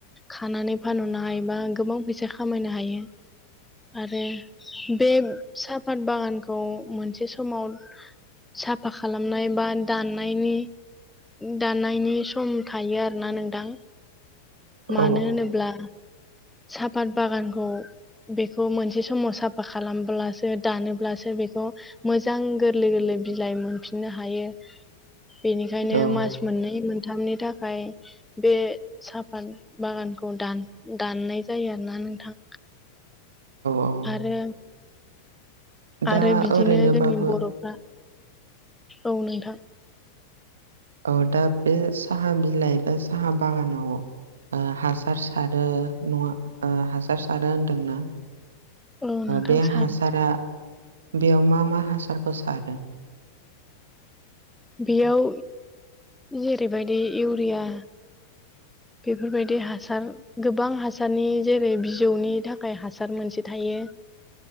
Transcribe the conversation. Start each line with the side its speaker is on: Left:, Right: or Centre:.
Centre: खानानै फानहरनो हायोबा गोबां फैसा खामायनो हायो आरो बे साफात बागानखौ मोनसे समाव साफा खालाम दामनाय बा दाननायनि दाननायनि सम थायो आरोना नोंथां
Right: औ
Centre: मानो होनोब्ला सापात बागानखौ बेखौ मोनसे समाव साफा खालामब्लासो दानोब्लासो बेखौ मोजां गोरलै गोरलै बिलाइ मोनफिननो हायो बेनिखायनो
Right: औ
Centre: मास मोननै मोनथामनि थाखाय बे साफात बागानखौ दान दाननाय जायो आरोना नोंथां
Right: औ
Centre: आरो
Right: दा
Centre: आरो बिदिनो
Right: ओरैनोबाबो
Centre: जोंनि बर'फ्रा औ नोंथां
Right: औ दा बे साहा बिलाइ एबा साहा बागानाव ओ हासार सारो नङा हासार सारो होनदोंना
Centre: औ नोंथां
Right: बे
Centre: सारो
Right: हासारा बेयाव मा मा हासारखौ सारो
Centre: बेयाव जेरैबायदि इउरिया बेफोरबायदि हासार गोबां हासारनि जेरै बिजौनि थाखाय हासार मोनसे थायो